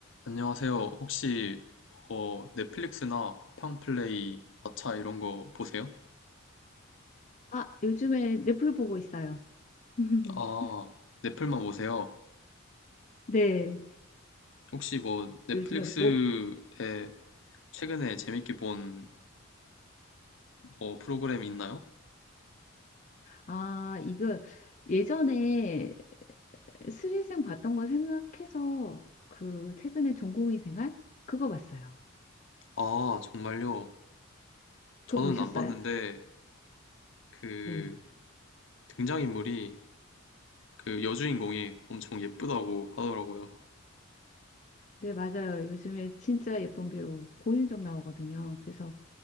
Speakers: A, on the left (about 60°); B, on the left (about 35°).
A: 안녕하세요. 혹시 뭐 넷플릭스나 쿠팡플레이, 마차 이런 거 보세요?
B: 아, 요즘에 넷플 보고 있어요. <laughs>
A: 아, 넷플만 보세요.
B: 네,
A: 혹시 뭐 넷플릭스에
B: 요즘에 뭐,
A: 최근에 재밌게 본 뭐 프로그램이 있나요?
B: 아, 이거 예전에 스리생 봤던 거 생각해서 그 최근에 전공의 생활? 그거 봤어요.
A: 아, 정말요? 저는
B: 그거 보셨어요?
A: 안 봤는데 그
B: 네.
A: 등장인물이 그 여주인공이 엄청 예쁘다고 하더라고요.
B: 네, 맞아요. 요즘에 진짜 예쁜 배우 고윤정 나오거든요. 그래서